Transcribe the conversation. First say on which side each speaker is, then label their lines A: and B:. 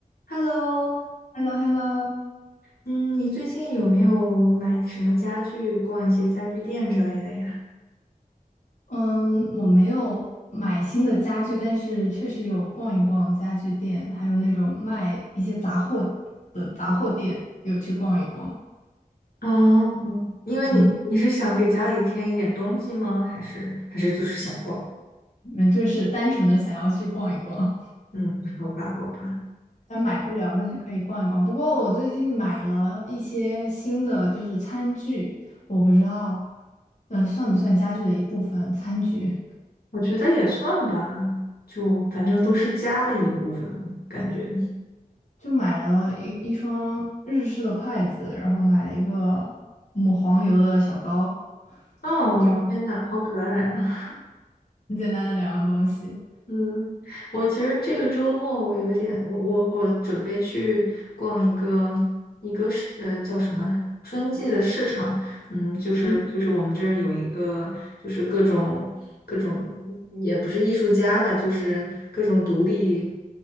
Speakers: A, on the left; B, on the left.
A: Hello，
B: h e l l o h e l l o
A: 嗯，你最近有没有买什么家具，逛一些家具店之类的呀？
B: 嗯，我没有买新的家具，但是确实有逛一逛家具店，还有那种卖一些杂货的杂货店，有去逛一逛。
A: 啊，因为你你是想给家里添一点东西吗？
B: 嗯，
A: 还是还是就是想逛？
B: 那就是单纯的想要去逛一逛，
A: 嗯，好吧，好吧，
B: 但买不了，但是可以逛一逛。不过我最近买了一些新的，就是餐具，我不知道，呃，算不算家具的一部分？餐具，
A: 我觉得也算吧，就反正都是家的一部分了，感觉。
B: 就买了一一双日式的筷子，然后买了一个抹黄油的小刀，
A: 哦，
B: 就
A: 天呐，好可爱！啊！
B: 很简单的两样东西。
A: 嗯，我其实这个周末我有点，我我我准备去逛一个一个市，呃，叫什么春季的市场，嗯，就是就是我们这儿有一个，
B: 嗯
A: 就是各种各种，也不是艺术家吧，就是各种独立